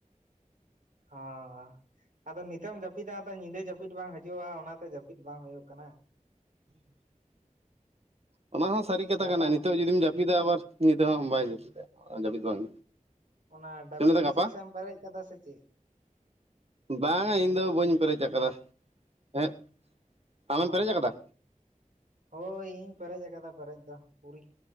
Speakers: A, on the right; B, on the right.
A: ᱚ ᱟᱫᱚ ᱱᱤᱛᱚᱜ ᱮᱢ ᱡᱟᱹᱯᱤᱫᱟ ᱟᱫᱚ ᱧᱤᱫᱟᱹ ᱡᱟᱹᱯᱤᱫ ᱵᱟᱝ ᱦᱤᱡᱩᱜᱼᱟ ᱚᱱᱟᱛᱮ ᱡᱟᱹᱯᱤᱫ ᱵᱟᱝ ᱦᱩᱭᱩᱜ ᱠᱟᱱᱟ
B: ᱦᱩᱸ <inaudible> ᱚᱱᱟ ᱦᱚᱸ ᱥᱟᱹᱨᱤ ᱠᱟᱛᱷᱟ
A: ᱜᱟᱯᱟ
B: ᱠᱟᱱᱟ ᱱᱤᱛᱚᱜ ᱡᱩᱫᱤᱢ ᱡᱟᱹᱯᱤᱫᱟ ᱟᱵᱟᱨ ᱱᱤᱛᱟᱹ ᱦᱚᱸ ᱵᱟᱭ ᱡᱟᱹᱯᱤᱫᱟ ᱡᱟᱹᱯᱤᱫ ᱵᱟᱝ
A: ᱚᱱᱟ ᱰᱟᱵᱞᱩ
B: ᱪᱮᱫ ᱮᱢ ᱞᱟᱹᱭᱫᱟ
A: ᱵᱤ
B: ᱜᱟᱯᱟ
A: ᱥᱤ ᱮᱥᱮ ᱮᱢ ᱯᱮᱨᱮᱡ ᱠᱟᱫᱟ ᱥᱮ ᱪᱮᱫ
B: ᱵᱟᱝᱟ ᱤᱧᱫᱚ ᱵᱟᱹᱧ ᱯᱮᱨᱮᱡ ᱟᱠᱟᱫᱟ ᱦᱮᱸ ᱟᱢᱮᱢ
A: ᱚ
B: ᱯᱮᱨᱮᱡ ᱟᱠᱟᱫᱟ
A: ᱦᱳᱭ ᱤᱧ ᱯᱮᱨᱮᱡ ᱟᱠᱟᱫᱟ ᱯᱮᱨᱮᱡ ᱫᱚ ᱯᱩᱨᱤ